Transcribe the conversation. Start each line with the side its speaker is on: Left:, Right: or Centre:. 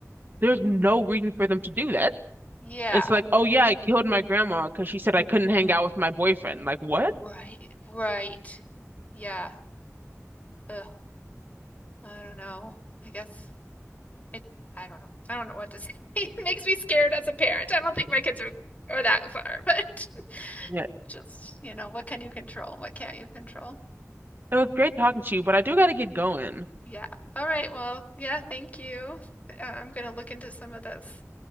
Right: there's no reason for them to do that.
Left: yeah.
Right: It's like, oh yeah, I killed my grandma because she said I couldn't hang out with my boyfriend. Like what?
Left: Right. Right. Yeah. Ugh. I don't know. I guess it, I don't know. I don't know what to say. <laughs> It makes me scared as a parent. I don't think my kids are, are that far, but <laughs>
Right: Yeah.
Left: just, you know, what can you control? What can't you control?
Right: It was great
Left: Oh,
Right: talking to you, but I do gotta get going.
Left: Yeah. All right. Well, yeah, thank you. Uh, I'm going to look into some of those